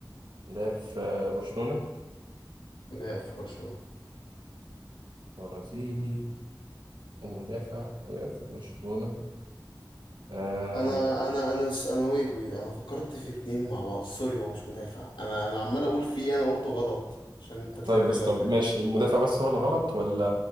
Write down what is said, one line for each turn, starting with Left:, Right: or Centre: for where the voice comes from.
Right: لاعب في آه، برشلونة
Left: لا في برشلونة
Right: برازيلي ومدافع لاعب في برشلونة أه
Left: انا انا انا س- انا ويت ويت انا فكرت في اتنين مع بعض سوري هو مش مدافع انا انا عمال اقول في ايه انا قلته غلط عشان انت تلف
Right: طيب بس
Left: اللفه
Right: طب
Left: دي
Right: ماشي المدافع بس هو اللي غلط ولا